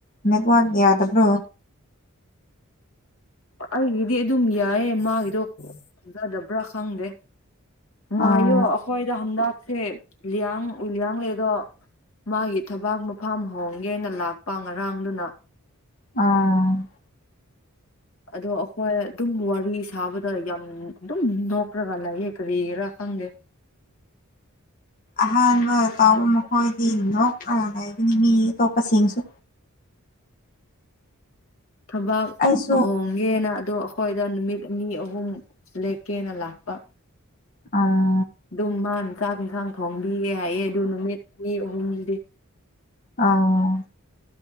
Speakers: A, on the left; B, on the left.
A: ꯅ ꯋꯥ ꯌꯥꯗꯕ꯭ꯔꯣ
B: ꯑꯩꯒꯤꯗꯤ ꯑꯗꯨꯝ ꯌꯥꯏꯌꯦ ꯃꯥꯒꯤꯗꯣꯖꯗꯕ꯭ꯔꯥ ꯈꯪꯗꯦ ꯉꯥꯏꯌꯣ
A: ꯑꯣ
B: ꯑꯩꯈꯣꯏꯗ ꯍꯟꯗꯛꯁꯦꯌꯥꯡ ꯎꯌꯥꯡ ꯂꯩ ꯑꯗꯣ ꯃꯥꯒꯤ ꯊꯕꯥꯛ ꯃꯐꯝꯥꯝ ꯍꯣꯡꯒꯦꯅ ꯂꯥꯛꯄ ꯉꯔꯥꯡꯗꯨꯅ
A: ꯎꯝ
B: ꯑꯗꯣ ꯑꯩꯈꯣꯏ ꯑꯗꯨꯝ ꯋꯥꯔꯤ ꯁꯥꯕꯗ ꯌꯥꯝ ꯑꯗꯨꯝ ꯅꯣꯛꯈ꯭ꯔꯒ ꯂꯩꯌꯦ ꯀꯔꯤꯔꯥ ꯈꯪꯗꯦ
A: ꯑꯍꯥꯟꯕ ꯇꯥꯎꯕ ꯃꯈꯣꯏꯗꯤ ꯅꯣꯛ ꯂꯩꯒꯅꯤ ꯃꯤ ꯑꯇꯣꯞꯄꯁꯤꯡꯁꯨ
B: ꯊꯕꯛ
A: ꯑꯩꯁꯨ
B: ꯑꯍꯣꯡ ꯈꯪꯒꯦꯅ ꯑꯗꯣ ꯑꯩꯈꯣꯏꯗ ꯅꯨꯃꯤꯠ ꯑꯅꯤ ꯑꯍꯨꯝ ꯂꯦꯛꯀꯦꯅ ꯂꯥꯛꯄ
A: ꯑ
B: ꯑꯗꯨꯝ ꯃꯥꯅ ꯆꯥꯛ ꯏꯟꯁꯥꯡ ꯊꯣꯡꯕꯤꯌꯦ ꯍꯥꯏꯌꯦ ꯑꯗꯨ ꯅꯨꯃꯤꯠ ꯑꯅꯤ ꯑꯍꯨꯝꯗꯤ
A: ꯑꯥ